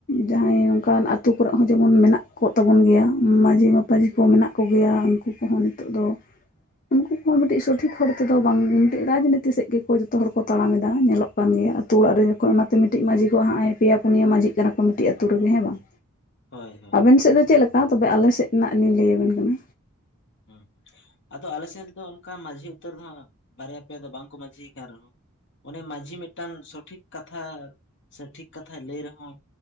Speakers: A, on the left (about 40°); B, on the left (about 55°).
A: ᱡᱟᱦᱟᱸᱭ ᱱᱚᱝᱠᱟᱱ ᱟᱹᱛᱳ ᱠᱚᱨᱮ ᱦᱚᱸ ᱡᱮᱢᱚᱱ ᱢᱮᱱᱟᱜ ᱠᱚᱜ ᱛᱟᱵᱚᱱ ᱜᱮᱭᱟ᱾ ᱢᱟᱺᱡᱷᱤ ᱢᱟᱯᱟᱧ ᱢᱟᱹᱡᱷᱤ ᱠᱚ ᱢᱮᱱᱟᱜ ᱠᱚᱜᱮᱭᱟ᱾ ᱩᱱᱠᱩ ᱠᱚᱦᱚᱸ ᱱᱤᱛᱚᱜ ᱫᱚ ᱩᱱᱠᱩ ᱠᱚᱦᱚᱸ ᱢᱤᱫᱴᱤᱡ ᱥᱚᱴᱷᱤᱠ ᱦᱚᱲ ᱛᱮᱫᱚ ᱵᱟᱝ ᱢᱤᱫᱴᱤᱡ ᱨᱟᱡᱽᱱᱤᱛᱤ ᱥᱮᱫ ᱜᱮᱠᱚ ᱡᱚᱛᱚ ᱦᱚᱲ ᱠᱚ ᱛᱟᱲᱟᱢ ᱮᱫᱟ ᱧᱮᱞᱚᱜ ᱠᱟᱱ ᱜᱮᱭᱟ᱾ ᱟᱹᱛᱩ ᱚᱲᱟᱜ ᱨᱮ ᱠᱚ ᱚᱱᱟᱛᱮ ᱢᱤᱫᱴᱤᱡ ᱢᱟᱺᱡᱷᱤ ᱠᱚ ᱦᱟᱜᱼ ᱯᱮᱭᱟ ᱯᱩᱱᱭᱟᱹ ᱢᱟᱹᱡᱷᱤ ᱠᱟᱱᱟ ᱠᱚ ᱢᱤᱫᱴᱤᱡ ᱟᱹᱛᱩ ᱨᱮᱜᱮ ᱦᱮᱸ ᱵᱟᱝ᱾
B: ᱦᱳᱭ ᱦᱳᱭ
A: ᱟᱵᱮᱱ ᱥᱮᱫ ᱫᱚ ᱪᱮᱫ ᱞᱮᱠᱟ ᱛᱚᱵᱮ ᱟᱞᱮ ᱥᱮᱫ ᱨᱮᱱᱟᱜ ᱞᱤᱧ ᱞᱟᱹᱭ ᱟᱵᱮᱱ ᱠᱟᱱᱟ᱾
B: ᱦᱮᱸ ᱟᱫᱚ ᱟᱞᱮ ᱥᱮᱱ ᱨᱮᱫᱚ ᱚᱱᱠᱟ ᱢᱟᱺᱡᱷᱤ ᱩᱛᱟᱹᱨ ᱦᱚᱸ ᱵᱟᱨᱭᱟ ᱯᱮᱭᱟ ᱫᱚ ᱵᱟᱝᱠᱚ ᱢᱟᱺᱡᱷᱤ ᱟᱠᱟᱱ ᱨᱮᱦᱚᱸ ᱚᱱᱮ ᱢᱟᱹᱡᱷᱤ ᱢᱤᱫᱴᱟᱱ ᱥᱚᱴᱷᱤᱠ ᱠᱟᱛᱷᱟ ᱥᱮ ᱴᱷᱤᱠ ᱠᱟᱛᱷᱟᱭ ᱞᱟᱹᱭ ᱨᱮᱦᱚᱸ